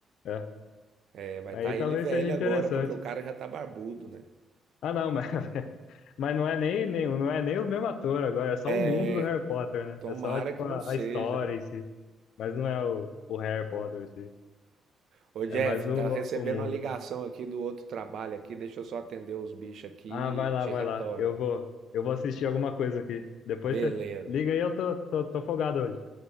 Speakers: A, on the left (about 75°); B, on the right (about 65°).
A: É.
B: É, vai
A: Aí
B: estar tá
A: talvez
B: ele velho
A: seja interessante.
B: agora, porque o cara já tá barbudo, né?
A: Ah, não, mas <laughs> Mas não é nem, nem, não é nem o mesmo ator agora, é só o mundo
B: É,
A: do Harry Potter, né?
B: tomara
A: É só, tipo,
B: que
A: a,
B: não seja,
A: a história
B: né?
A: em si. Mas não é o, o Harry Potter em si.
B: Ô Jeff,
A: É mais o,
B: tá recebendo
A: o mundo.
B: uma ligação aqui do outro trabalho aqui, deixa eu só atender os bichos aqui
A: Ah, vai
B: e
A: lá,
B: te
A: vai
B: retorno.
A: lá. Eu vou, eu vou assistir alguma coisa aqui. Depois
B: Beleza.
A: você liga aí, eu tô, tô, tô folgado hoje.